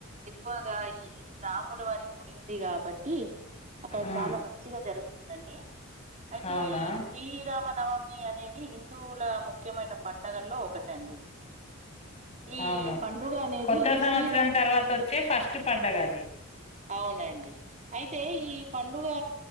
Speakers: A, on the right; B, on the left.
A: ఎక్కువగా ఈ సాముల వారి గుడి ఉంది కాబట్టి టీం అక్కడ
B: ఉమ్
A: చాలా మంచిగా జరుగుతుంది అండీ అయితే
B: అవునా
A: ఈ శ్రీరామ నవమి అనేది ఈ హిందువుల ముఖ్యమైన పండగలు లో ఒకటండి ఈ
B: అవును
A: పండుగ అనేది
B: కొత్త సంవత్సరం
A: శ్రీరా
B: తర్వాత వచ్చే ఫస్ట్ పండగ అది
A: అవునండి అయితే ఈ పండుగ